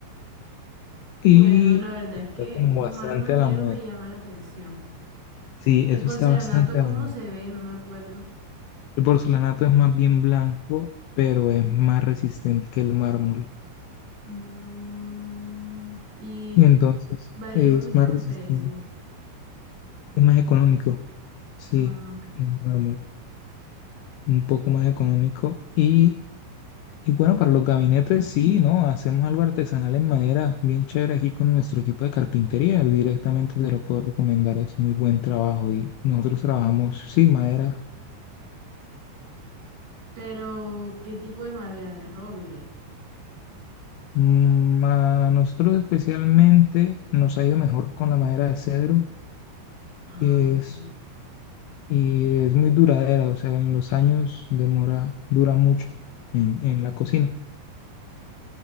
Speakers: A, on the right; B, on the left.
A: Bueno,
B: Y
A: la verdad
B: está
A: es que
B: como
A: un
B: bastante
A: mármol negro
B: a la moda.
A: me llama la atención.
B: Sí,
A: El
B: eso
A: porcelanato,
B: está bastante
A: ¿cómo
B: a la moda.
A: se ve? No me acuerdo.
B: El porcelanato es más bien blanco, pero es más resistente que el mármol.
A: Mm, y
B: Y entonces
A: varía
B: es
A: mucho
B: más
A: en
B: resistente,
A: precio.
B: es más económico, sí,
A: Ah, ok.
B: que el mármol. un poco más económico. Y, y bueno, para los gabinetes sí, ¿no? Hacemos algo artesanal en madera, bien chévere aquí con nuestro equipo de carpintería. Directamente te lo puedo recomendar, es muy buen trabajo. Y nosotros trabajamos sin madera.
A: Pero, ¿qué tipo de madera? De roble.
B: Mm, a nosotros especialmente nos ha ido mejor con la madera de cedro,
A: Ah,
B: que
A: ok.
B: es, y es muy duradera, o sea, en los años demora, dura mucho en, en la cocina.